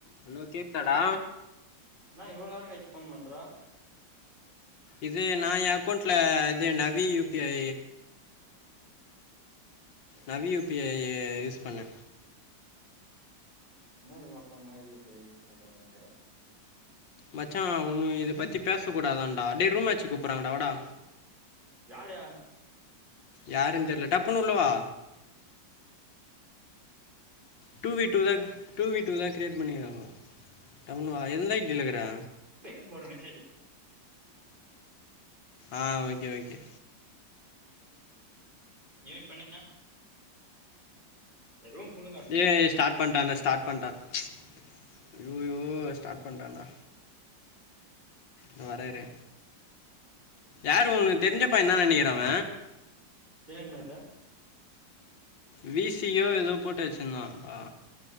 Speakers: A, on the left; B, on the right.
A: Hello கேக்தா டா
B: என்னா இவள நேர கழிச்சு ஃபோன் பண்ற
A: இது ந எ அக்கௌண்ட்ல இது Navi U P I Navi U P I use பண்ணே
B: என்ன அது <unintelligible> யு பி ஐ யூஸ் <unintelligible>
A: மச்சா ஒன்னு இத பத்தி பேச கூடாதான்டா டே ரூம்மாச்சு கூப்பறாங்கடா வாடா
B: யார்ர
A: யாருன்னு தெரியில டப்புன்னு உள்ளவா டூ வீ டூ தான் டூ வீ டூ தான் கிரரியேட் பண்ணிக்கிறாங்க டப்புன்னு வா எது நைட்டில்கிறா
B: வீட்டுக்கு போடு மெசேஜ்ஜு
A: ஆ ஓகே ஓகே
B: நீயே பண்ணு அ இந்த ரூம் ஃபுல்லுங்க
A: ஏ ஸ்டார்ட் பண்ணிட்டேந்தா ஸ்டார்ட் பண்ணிட்டேதா ம்ச் யோ யோ ஸ்டார்ட் பண்டாண்டா நா வரே இரு யாரு உனக்கு தெரிஞ்ச பையதா நெனைக்கிற அவ
B: ஏம் அதா
A: வி சி யோ ஏதோ போட்டு வச்சுருந்தாப்பா